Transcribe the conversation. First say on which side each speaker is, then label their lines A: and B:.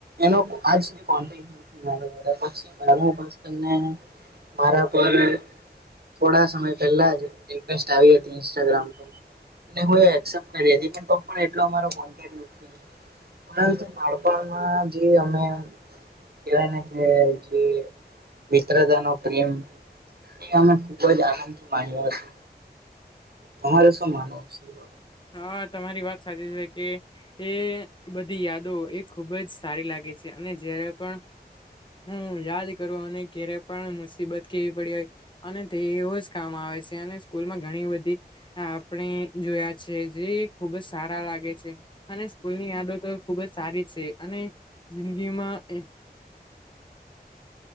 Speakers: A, on the right; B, on the left.
A: એનો આજ સુધી કોન્ટેક્ટ નથી <inaudible> પછી બારમું પાસ કરીને મારા પણ થોડા સમય પહેલા જ રિક્વેસ્ટ આવી હતી ઇન્સ્ટાગ્રામ પર, અને હું એ એક્સેપ્ટ કરી હતી પણ તો પણ અમારો એટલો કોન્ટેક્ટ નથી. પરંતુ બાળપણમાં જે અમે કેવાય ને કે જે મિત્રતા નો પ્રેમ તે અમે ખુબ જ આનંદ માણ્યો હતો. તમારે શું માનવું છે એ બાબત
B: હા તમારી વાત સાચી છે, કે એ બધી યાદો એ ખુબ જ સારી લાગે છે, અને જયારે પણ હું યાદ કરું અને કેરે પણ મુસ ઈબત કેવી પડી હોય, અને તેવો જ કામ આવે છે, અને સ્કૂલમાં ઘણી બધી અહ આપણે જોયા જ છે, જે ખુબ જ સારા લાગે છે, અને સ્કૂલની આદતો ખુબ જ સારી છે, અને જિંદગીમાં એક